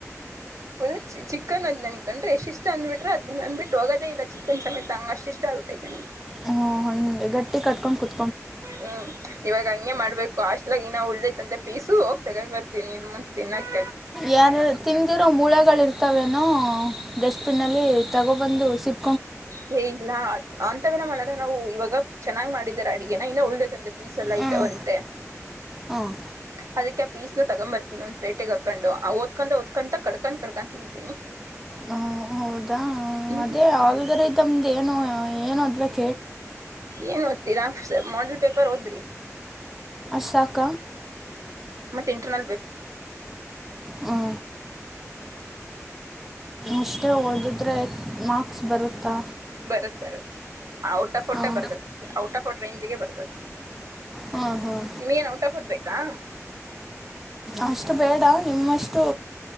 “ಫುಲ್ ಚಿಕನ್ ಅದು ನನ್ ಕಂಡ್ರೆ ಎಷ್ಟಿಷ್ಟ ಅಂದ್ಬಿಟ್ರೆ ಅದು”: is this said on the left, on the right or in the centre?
Right